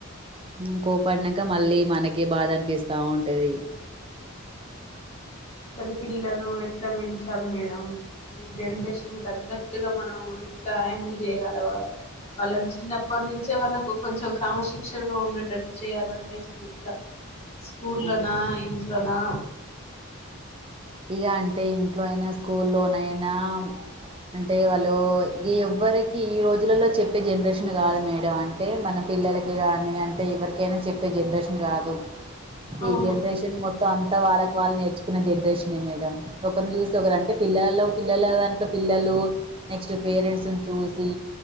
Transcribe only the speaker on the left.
అసలు పిల్ మనం ఎట్లా పెంచాలి మేడం ఈ జన్రేషన్ తగ్గట్టుగా మనం ఇట్లా హ్యాండిల్ జేయ్గలవా వాళ్ళన్ చిన్నప్పట్నుంచే వాళ్ళకు కొంచెం క్రమశిక్షణ ఉందట్ కరక్ట్ చేయాలంటే అసలు ఎట్లా స్కూల్లోనా
ఇంట్లోనా
అవును